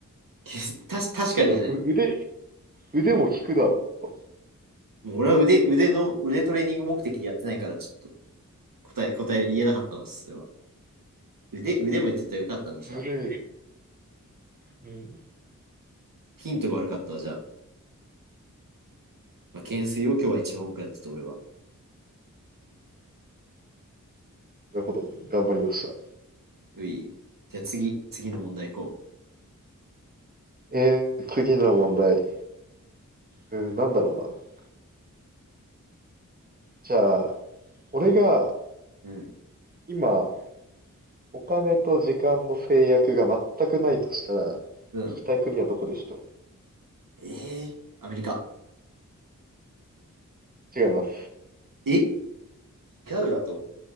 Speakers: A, on the right; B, on the right.
A: けたし、確かにじゃない。
B: いや、でもう腕、腕も効くだろう。
A: もう俺は腕、腕の、腕トレーニング目的でやってないから、ちょっと答え、答え言えなかったわ、それは。腕、腕も言ってたらよかったんで、じゃあ。
B: ずるい。うん。
A: ヒントが悪かったわ、じゃあ。まあ、懸垂を今日は一番多くやってた、俺は。
B: なるほど。頑張りました。
A: うい。じゃあ次、次の問題行こ
B: えー、次の問題。うん、なんだろうな。じゃあ、俺が
A: う。うん。
B: 今、お金と時間の制約が全くないとしたら、
A: うん。
B: 行きたい国はどこでしょ
A: えー、アメリカ。
B: う違います。
A: え違うだと